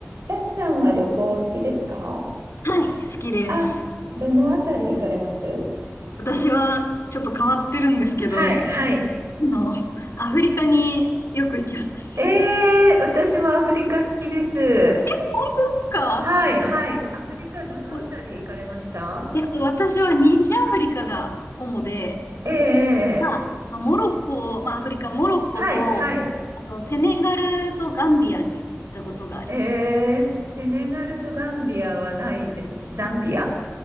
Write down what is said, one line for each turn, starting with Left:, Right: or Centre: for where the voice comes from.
Right: タスさんは旅行お好きですか
Left: はい、好きです。
Right: あ、どのあたり行かれます
Left: 私はちょっと変わってるんですけど、
Right: はい、はい。
Left: あの、アフリカによく行きます。
Right: えー、私もアフリカ好きです。
Left: <laughs> 本当ですか
Right: はい、はい。アフリカどのあたり行かれました
Left: すごい。えっと、私は西アフリカが主で、
Right: えーえー
Left: まあ、まあモロッコ、まあ、アフリカ、モロッコと、
Right: はい、はい。
Left: あと、セネガルとガンビアに行ったことがあります。
Right: えー、セネガルとガンビアはないです。ザンビア